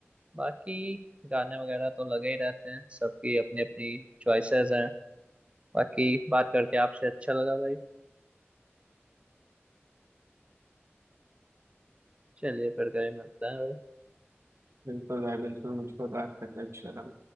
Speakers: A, on the right (about 25°); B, on the right (about 80°).
A: बाकी गाने वगैरह तो लगे ही रहते हैं सबकी अपनी अपनी चॉइसेस हैं बाकी बात करके आपसे अच्छा लगा भाई चलिए फिर कभी मिलते हैं भाई
B: बिल्कुल भाई बिल्कुल मुझको बात करके अच्छा लगा